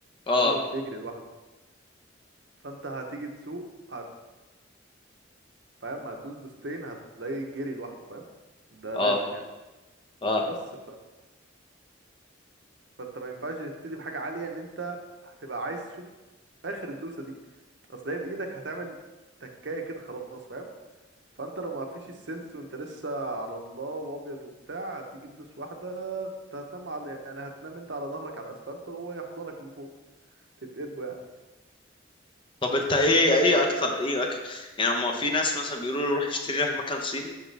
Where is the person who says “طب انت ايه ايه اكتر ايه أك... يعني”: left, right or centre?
Left